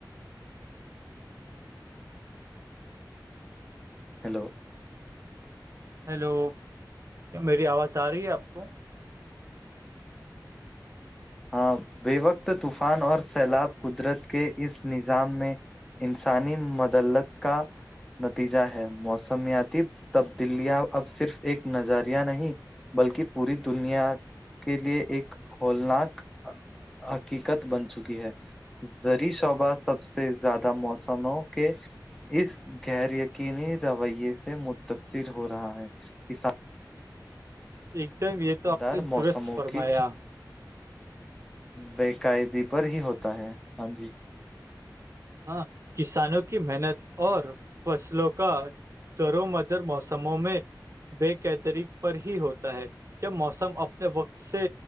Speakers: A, in the centre; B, on the right (about 40°).
A: ہیلو
B: ہیلو کیا میری آواز آ رہی ہے آپ کو
A: ہاں بے وقت طوفان اور سیلاب قدرت کے اس نظام میں انسانی مدلت کا نتیجہ ہے موسمیاتی تبدیلیاں اب صرف ایک نظریہ نہیں بلکہ پوری دنیا کے لیے ایک ہولناک حقیقت بن چکی ہے زری شعبہ سب سے زیادہ موسموں کے اس غیر یقینی رویے سے متاثر ہو رہا ہے ک
B: ایک تو
A: مدار
B: آپ نے
A: موسموں
B: درست فرمایا
A: کی بقاعدی پر ہی ہوتا ہے ہاں جی
B: ہاں کسانوں کی محنت اور فصلوں کا در مدر موسموں میں بے قتریک پر ہی ہوتا ہے جب موسم اپنے وقت سے